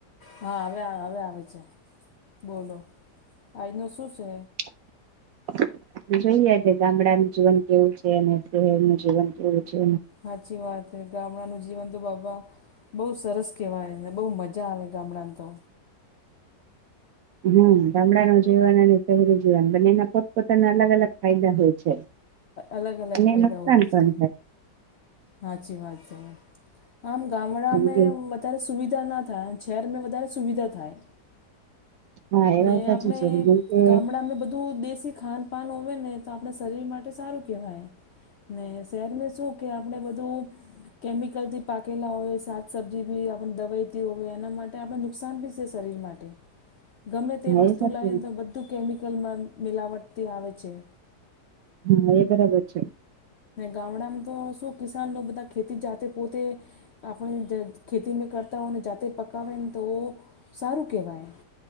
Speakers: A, on the left; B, on the right.
A: હા હવે હવે આવે છે બોલો આજનું શું છે?
B: <inaudible> જોઈએ આજે ગામડાનું જીવન કેવું છે અને શહેર નું જીવન કેવું છે?
A: સાચી વાત હે ગામડાનું જીવન તો બાપા બહુ સરસ કહેવાયને બહુ મજા આવે ગામડામા તો
B: હમ ગામડા નુ જીવન અને શહેરી જીવન બંનેના પોતપોતાના અલગ અલગ ફાયદા હોય છે.
A: અલગ અલગ
B: અને
A: ફાયદા
B: નુકસાન
A: હોવે
B: પણ
A: છે. સાચી વાત છે આમ ગામડા
B: થાય
A: મે
B: જેમ કે
A: વધારે સુવિધા ના થાય અને શહેરમાં વધારે સુવિધા થાય
B: હા એ
A: ને
B: વાત સાચી
A: આપણે
B: છે જેમ કે
A: ગામડા ને બધું દેશી ખાન પાાન હોય ને તો આપણે શરીર માટે સારું કહેવાય. ને શહેર શું કે આપણે બધું કેમિકલથી પાકેલા હોય શાક સબ્જી બી આપણે દવાઈથી હોય એના માટે આપણે નુકસાન બી છે શરીર માટે ગમે તે
B: હા
A: વસ્તુ
B: એ સાચું
A: લઈને તો બધું કેમિકલમાં મિલાવટથી આવે છે.
B: હા એ બરાબર છે.
A: ગામડામાં તો શું કિસાન બધા ખેતી જાતે પોતે આપણે જે ખેતી મે કરતા હોને જાતે પકાવે ન તો સારું કેહવાય